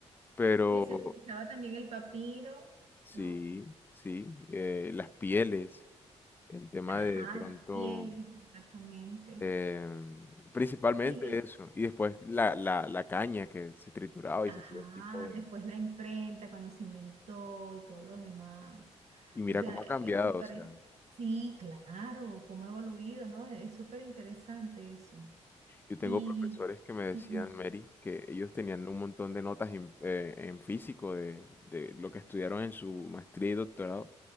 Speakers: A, on the left (about 15°); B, on the right (about 70°).
A: Pero
B: Que se utilizaba también el papiro,
A: sí,
B: ¿no?
A: sí, eh, las pieles. El tema
B: Ajá,
A: de pronto,
B: las pieles, exactamente.
A: em, principalmente
B: Y,
A: eso, y después la, la, la caña que se trituraba y
B: Ajá,
A: se hacía un tipo de...
B: después la imprenta cuando se inventó y todo lo demás.
A: Y mira
B: O sea,
A: cómo
B: eh,
A: ha cambiado,
B: me parece,
A: o sea,
B: sí, claro, cómo ha evoluido, ¿no? Es súper interesante eso.
A: yo tengo
B: Y,
A: profesores que me decían,
B: ujú,
A: Mary, que ellos tenían un montón de notas en, eh, en físico de, de lo que estudiaron en su maestría y doctorado,